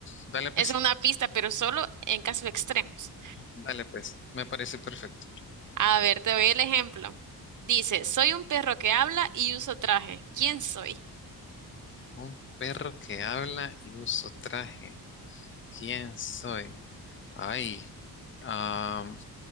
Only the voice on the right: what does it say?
Es una pista, pero solo en casos extremos.
A ver, te doy el ejemplo. Dice, soy un perro que habla y uso traje. ¿Quién soy?